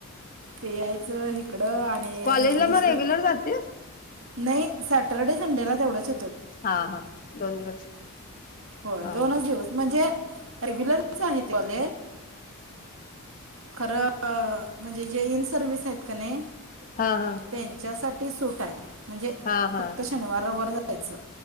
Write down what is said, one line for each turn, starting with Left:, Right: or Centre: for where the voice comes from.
Right: ते यायचं हिकडं आणि
Left: कॉलेजला
Right: इंग्लिश
Left: मग
Right: स्पीक
Left: रेग्युलर जातेस
Right: नाही सॅटर्डे संडेला तेवढंच
Left: हा हा दोन दिवस
Right: होय
Left: हा
Right: दोनच दिवस म्हणजे रेग्युलरच आहे कॉलेज खरं म्हणजे जे इन सर्विस आहेत कनी
Left: हा हा
Right: त्यांच्या सा ती सूट आहे. म्हणजे
Left: हा
Right: फक्त
Left: हा
Right: शनिवार रवार जा जायचं